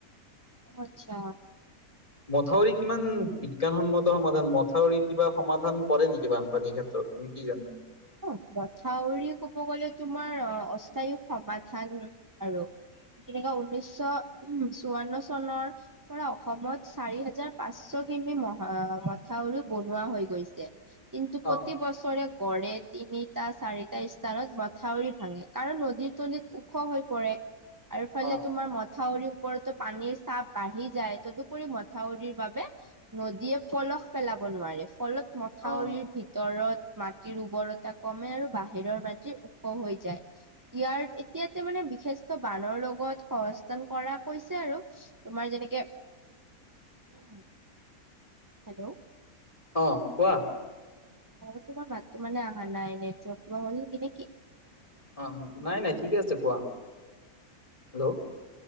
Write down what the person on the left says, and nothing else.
মথাউৰি কিমান বিজ্ঞানসন্মত- সমাধান মথাউৰি কিবা সমাধান কৰে নেকি বানপানীৰ ক্ষেত্ৰত তুমি কি জানা?
অ
অ
অ
<inaudible>
অঁ কোৱা?
অ নাই নাই ঠিকে আছে কোৱা হেল্ল'